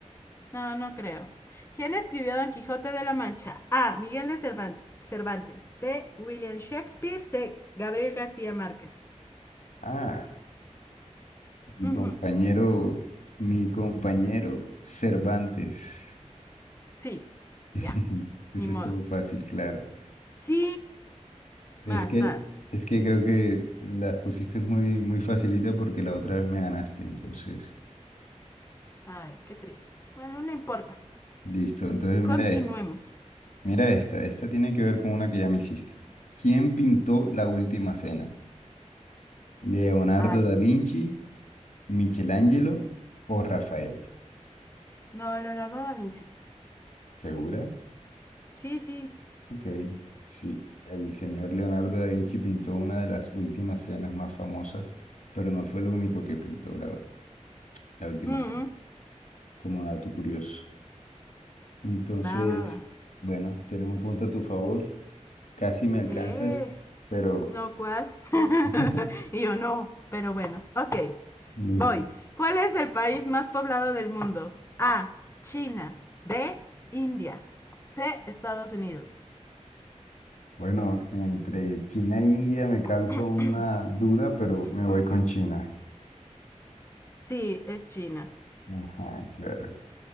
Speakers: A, on the left; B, on the left.
A: no, no creo. ¿Quién escribió Don Quijote de la Mancha? A. Miguel de Cervantes. B. William Shakespeare. C. Gabriel García Márquez.
B: Ah, mi
A: Ujú,
B: compañero, mi compañero Cervantes.
A: Sí,
B: <laughs>
A: ya.
B: Eso
A: Ni modo.
B: estuvo fácil, claro.
A: Sí.
B: Es
A: Vas,
B: que,
A: vas.
B: es que creo que las pusiste muy, muy facilita porque la otra vez me ganaste, entonces.
A: Ay, qué triste. Bueno, no importa.
B: Listo, entonces mira
A: Continuemos.
B: esta. Mira esta. Esta tiene que ver con una que ya me hiciste. ¿Quién pintó la última cena? ¿Leonardo
A: Ay,
B: da Vinci, Michelangelo o Rafael?
A: no, Leonardo da Vinci.
B: ¿Segura?
A: Sí, sí.
B: Ok, sí. El señor Leonardo da Vinci pintó una de las últimas cenas más famosas, pero no fue lo único que pintó la, la última
A: Mm,
B: cena.
A: -mm.
B: como dato curioso. Entonces,
A: Va, va, va.
B: bueno, tienes un punto a tu favor. Casi me alcanzas,
A: Eh,
B: pero
A: No, ¿cuál? <laughs>
B: <laughs>
A: y yo no, pero bueno, ok,
B: listo.
A: voy. ¿Cuál es el país más poblado del mundo? A, China, B, India, C, Estados Unidos.
B: Bueno, entre China e India me causa
A: <clears throat>
B: una duda, pero me voy
A: <coughs>
B: con China.
A: sí, es China.
B: Ajá, claro.